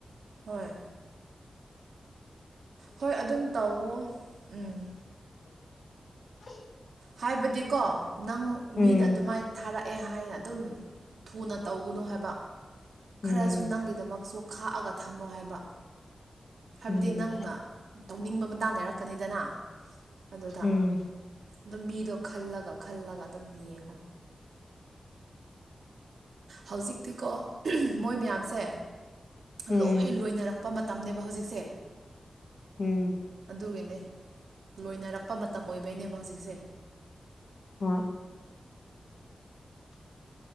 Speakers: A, on the right; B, on the left.
A: ꯍꯣꯏ ꯍꯣꯏ ꯑꯗꯨꯝ ꯇꯧꯋꯣ ꯎꯝ
B: <unintelligible>
A: ꯍꯥꯏꯕꯗꯤꯀꯣ ꯅꯪ
B: ꯎꯝ
A: ꯃꯤꯅ ꯑꯗꯨꯃꯥꯏꯅ ꯊꯥꯔꯛꯑꯦ ꯍꯥꯏꯅ ꯑꯗꯨꯝ ꯊꯨꯅ ꯇꯧꯒꯅꯨ ꯍꯥꯏꯕ
B: ꯎꯝ
A: ꯈꯔꯁꯨ ꯅꯪꯒꯤꯗꯃꯛ ꯆꯨ ꯈꯥꯛꯑꯒ ꯊꯝꯃꯣ ꯍꯥꯏꯕ ꯍꯥꯏꯕꯗꯤ
B: ꯎꯝ
A: ꯅꯪꯅ ꯇꯧꯅꯤꯡꯕ ꯃꯇꯥꯡ ꯂꯩꯔꯛꯀꯅꯤꯗꯅ ꯑꯗꯨꯗ
B: ꯎꯝ
A: ꯑꯗꯨꯝ ꯃꯤꯗꯣ ꯈꯜꯂꯒ ꯈꯜꯂꯒ ꯑꯗꯨꯝ ꯌꯦꯡꯉꯣ ꯍꯧꯖꯤꯛꯇꯤꯀꯣ ꯃꯣꯏ ꯃꯌꯥꯝꯁꯦ
B: ꯎꯝ
A: ꯂꯣꯏ ꯂꯣꯏꯅꯔꯛꯄ ꯃꯇꯝ ꯇꯅꯦꯕ ꯍꯧꯖꯤꯛꯠꯗꯁꯦ
B: ꯎꯝ
A: ꯑꯗꯨꯒꯤꯅꯦ ꯂꯣꯏꯅꯔꯛꯄ ꯃꯇꯝ ꯑꯣꯏꯕꯩꯅꯦꯕ ꯍꯧꯖꯤꯛꯁꯦ
B: ꯄꯨꯟꯣꯚ